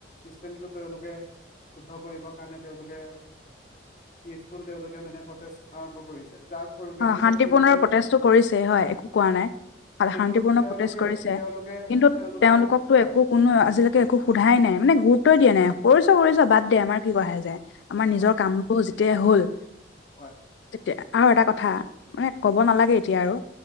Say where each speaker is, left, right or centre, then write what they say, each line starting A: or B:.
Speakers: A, on the left; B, on the left.
A: চিষ্টেমটো তেওঁলোকে, শুদ্ধ কৰিবৰ কাৰণে তেওঁলোকে- পিচফুল, তেওঁলোকে মানে পৰ্তেষ্ট আৰম্ভ কৰিছে। যাৰ- পৰিপ্ৰেক্ষিতত
B: অঁ' শান্তিপূৰ্ণৰে
A: কি হৈছে
B: প্ৰটেষ্টটো কৰিছে হয়, একো কোৱা নাই।
A: কিন্তু
B: শান্তিপূৰ্ণ
A: তেওঁলোকে
B: প্ৰটেষ্ট কৰিছে,
A: তেওঁলোকে
B: কিন্তু
A: তেওঁলোকে
B: তেওঁলোককটো
A: মানে
B: একো-
A: হয়
B: কোনো আজিলৈকে একো সোধাই নাই, মানে গুৰুত্বই দিয়া নাই কৰিছ, কৰিছ বাদ দে আমাৰ কি আহে যায়। আমাৰ নিজৰ
A: হয়
B: কামটো যেতিয়াই হ'ল।
A: হয়।
B: এতিয়া আৰু এটা কথা মানে ক'ব নালাগে এতিয়া আৰু